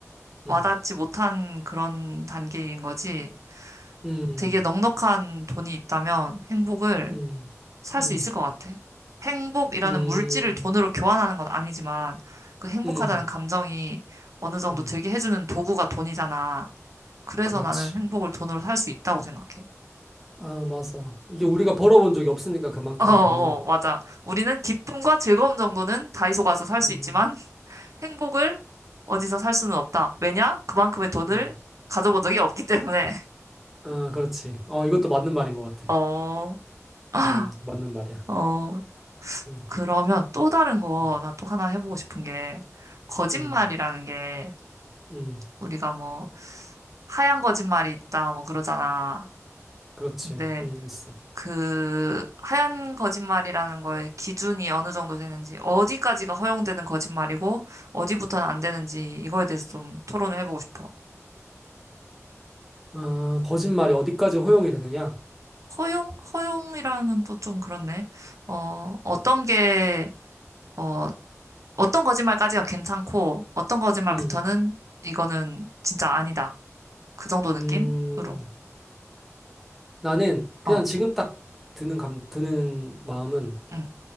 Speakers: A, in the centre; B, on the right.
A: 음,
B: 와닿지 못한 그런 단계인 거지.
A: 음,
B: 되게 넉넉한 돈이 있다면 행복을
A: 음,
B: 살
A: 음,
B: 수 있을 것 같아. 행복이라는
A: 음,
B: 물질을 돈으로 교환하는 건 아니지만 그 행복하다는
A: 음,
B: 감정이 어느 정도
A: 음.
B: 되게 해주는 도구가 돈이잖아. 그래서
A: 그렇지.
B: 나는 행복을 돈으로 살 수 있다고 생각해.
A: 아, 맞아. 이게
B: 응.
A: 우리가 벌어본 적이 없으니까 그만큼의
B: <laughs> 어, 어,
A: 돈을.
B: 맞아. 우리는 기쁨과 즐거움 정도는 다이소 가서 살 수
A: 음,
B: 있지만 <laughs> 행복을 어디서 살 수는 없다. 왜냐? 그만큼의 돈을
A: 음.
B: 가져본 적이 없기 때문에.
A: 아, 그렇지. 어, 이것도 맞는 말인 것 같아.
B: <laughs> 어. <laughs>
A: 음, 맞는 말이야.
B: 어,
A: 음,
B: 그러면 또 다른 거
A: 음,
B: 나 또 하나 해보고 싶은 게, 거짓말이라는
A: 음,
B: 게,
A: 음.
B: 우리가 뭐, 하얀 거짓말이 있다, 뭐 그러잖아.
A: 그렇지.
B: 근데
A: 음, 있어.
B: 그, 하얀 거짓말이라는 거에 기준이 어느 정도 되는지, 어디까지가 허용되는 거짓말이고, 어디부터는 안 되는지, 이거에 대해서 좀 토론을 해보고 싶어.
A: 아, 거짓말이 어디까지 허용이 되느냐?
B: 허용? 허용이라면 또 좀 그렇네. 어, 어떤 게, 어, 어떤 거짓말까지가 괜찮고, 어떤 거짓말부터는
A: 음,
B: 이거는 진짜 아니다. 그 정도 느낌으로.
A: 음. 나는 그냥
B: 어,
A: 지금 딱 드는 감, 드는 마음은
B: 응.